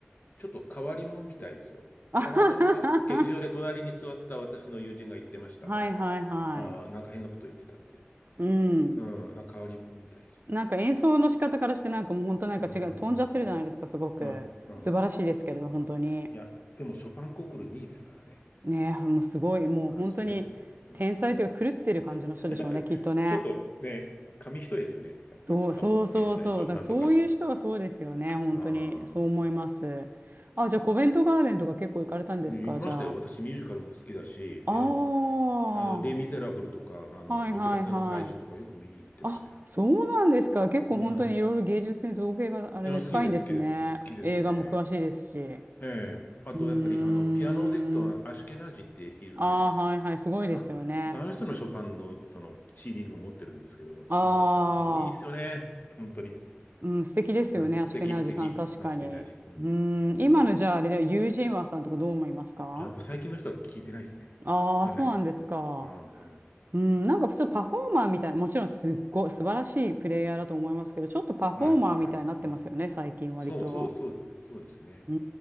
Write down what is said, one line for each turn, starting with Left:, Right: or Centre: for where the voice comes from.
Left: ちょっと変わり者みたいですよ。
Right: <laughs> あははは
Left: たまたま劇場で隣に座った私の友人が言ってました。
Right: はいはいはい。
Left: なんか、あーなんか変なこと言ってたって。
Right: うん。
Left: うん、なんか変わり者みたいですよ。
Right: なんか演奏の仕方からしてなんかもう本当なんか違う、
Left: うんうんうんうん。
Right: 飛んじゃってるじゃないですか、すごく。
Left: うんうん
Right: 素晴らしいですけれど、
Left: うん。
Right: 本当に。
Left: いや、でもショパンコンクール2位ですからね。
Right: ねえ、もうすごい、もう本当に天才というか狂ってる感じの人でしょうね、
Left: うん、すごいですよね。うん、<laughs>
Right: きっとね。
Left: ちょっとね、紙一重ですよね。やっぱり、
Right: そう、
Left: か天才となんとかの。
Right: そうそうそう。だからそういう人はそうですよね。
Left: ああ。
Right: 本当に。
Left: うん
Right: そう思います。あ、じゃあ、コベントガーデンとか結構行かれたんですかじゃあ。
Left: 行きましたよ。私ミュージカルも好きだし、
Right: ああ、
Left: あの、あの、レ・
Right: は
Left: ミゼラブルとか、あの、
Right: いはいはい。
Left: オペラ座の怪人とかよく見に行ってましたよ。
Right: あ、そうなんですか。結構本当にいろいろ芸術に造形があれで深いんですね。
Left: うん。いや好きです、好きです、好きですね。
Right: 映画も詳しいですし。う
Left: ええ。あと、
Right: ーん。
Left: やっぱり、あの、ピアノでいくと、アシュケナージっていうじゃないですか。
Right: ああ、はいはい。すごいですよね。
Left: あの、あの人のショパンの、その、CD も持ってるんですけども、すもう、
Right: あ
Left: もういいですよね。
Right: あ、
Left: 本当に。
Right: うん、素敵ですよね。
Left: うん。
Right: アシュケナージさん、
Left: 素敵、素敵。
Right: 確かに。
Left: アシュケナージ。うん。
Right: うーん、今のじゃあ、
Left: うん。
Right: あれでユージンワさんとかどう思いますか
Left: あ、もう最近の人は聞いてないですね。
Right: ああ、
Left: わかんない。
Right: そうなんですか。
Left: うん、うん。
Right: うん、なんか普通パフォーマーみたいな、もちろんすっごい素晴らしいプレイヤーだと思いますけど、ちょっとパフォーマーみたいになってますよね、
Left: はい、はい。うん。
Right: 最近割と。
Left: そう、そう、そうですね。そうですね。
Right: うー